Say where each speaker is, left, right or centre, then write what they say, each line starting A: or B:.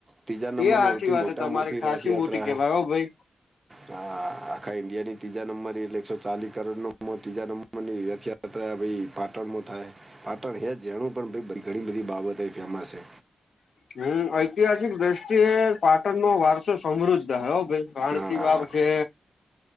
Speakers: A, on the right; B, on the left.
A: ત્રીજા નંબર
B: એ સાચી
A: ની સૌથી
B: વાત
A: મોટા
B: તમારી
A: માં મોટી
B: ખાસી
A: રથયાત્રા
B: મોટી કેવાય હો ભાઈ
A: હા આખા ઈન્ડિયાની ત્રીજા નંબર એટલે એકસો ચાલીસ કરોડનો ત્રીજા નંબરની રથ યા ત્રા ભાઈ પાટણમાં થાય પાટણ હે જેણું પણ ઘણી બધી બાબતો એ ફેમસ છે.
B: હમ‌ ઐતિહાસિક દ્રષ્ટિએ પાટણનો વારસો સમૃદ્ધ હે હો ભાઈ રાણકી
A: હા
B: વાવ છે.